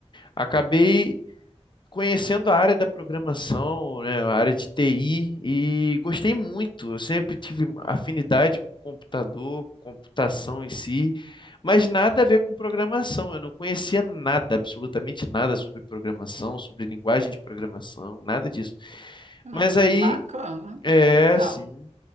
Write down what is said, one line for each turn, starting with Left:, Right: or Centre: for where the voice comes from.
Left: Acabei conhecendo a área da programação, né, a área de TI, e gostei muito. Eu sempre tive afinidade com computador, com computação em si, mas nada a ver com programação. Eu não conhecia nada, absolutamente nada sobre programação, sobre linguagem de programação, nada disso.
Right: Nossa,
Left: Mas aí,
Right: que bacana.
Left: é
Right: Legal.
Left: assim.